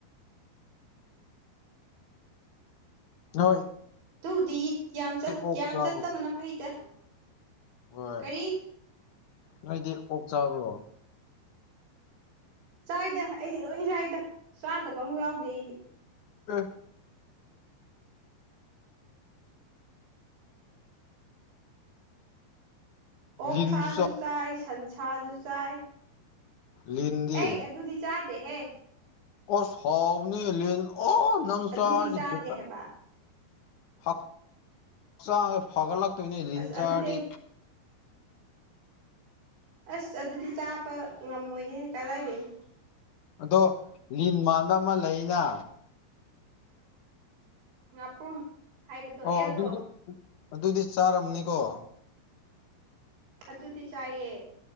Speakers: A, on the left; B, on the right.
A: ꯅꯣꯏ
B: ꯑꯗꯨꯕꯨꯗꯤ ꯌꯥꯝ
A: ꯑꯣꯛ
B: ꯌꯥꯝ
A: ꯆꯥꯕ꯭ꯔꯣ
B: ꯆꯠꯇꯕꯅ ꯐꯩꯗ
A: ꯍꯣꯏ
B: ꯀꯔꯤ
A: ꯅꯣꯏꯗꯤ ꯑꯣꯛ ꯆꯥꯕ꯭ꯔꯣ
B: ꯆꯥꯏꯗ ꯑꯩꯗꯤ ꯂꯣꯏ ꯆꯥꯏꯗ ꯆꯥꯗꯕ ꯑꯃꯨꯛ ꯌꯥꯎꯗꯦ ꯑꯩꯗꯤ
A: ꯑꯦ
B: ꯑꯣꯛꯁꯥꯁꯨ
A: ꯂꯤꯟꯁꯨ ꯆꯥ
B: ꯆꯥꯏ ꯁꯟꯁꯥꯁꯨ ꯆꯥꯏ
A: ꯂꯤꯟꯗꯤ
B: ꯑꯩ ꯑꯗꯨꯗꯤ ꯆꯥꯗꯦꯍꯦ
A: ꯑꯣꯁ ꯍꯥꯎꯅꯤ ꯂꯤꯟ ꯑꯣ ꯅꯪ
B: ꯑꯗꯨꯗꯤ
A: ꯆꯔꯥꯗꯤ
B: ꯆꯥꯗꯦ
A: ꯕꯤꯇꯥ
B: ꯍꯥꯏꯕ
A: ꯍꯛꯆ ꯐꯒꯜꯂꯛꯛꯇꯣꯏꯅꯦ ꯂꯤꯟ
B: ꯑꯁ
A: ꯆꯔꯗꯤ
B: ꯑꯗꯨꯗꯤ ꯑꯩ ꯑꯁ ꯑꯗꯨꯗꯤ ꯆꯥꯕ ꯉꯝꯃꯣꯏ ꯍꯦ ꯀꯗꯥꯏꯗꯩꯅꯣ
A: ꯑꯗꯣ ꯂꯤꯟ ꯃꯥꯟꯕ ꯑꯃ ꯂꯩꯅ
B: ꯉꯥꯄ꯭ꯔꯨꯝ ꯍꯥꯏꯕꯗꯣ
A: ꯑꯣ
B: ꯑꯦꯜꯗꯣ
A: ꯑꯗꯨꯗꯤ ꯑꯗꯨꯗꯤ ꯆꯥꯔꯝꯅꯤꯀꯣ
B: ꯑꯗꯨꯗꯤ ꯆꯥꯏꯌꯦ